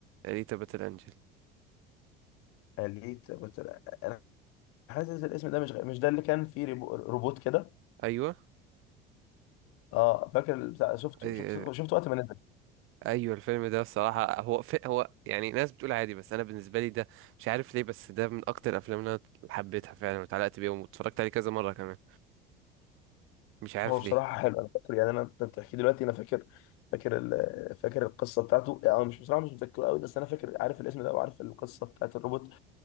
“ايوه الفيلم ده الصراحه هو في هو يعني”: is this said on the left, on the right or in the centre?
Right